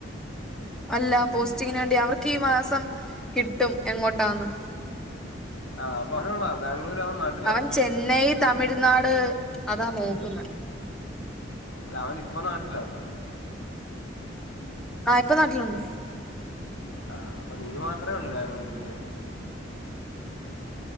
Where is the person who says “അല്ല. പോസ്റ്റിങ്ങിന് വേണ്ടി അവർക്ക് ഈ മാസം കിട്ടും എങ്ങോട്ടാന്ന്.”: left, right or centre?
Centre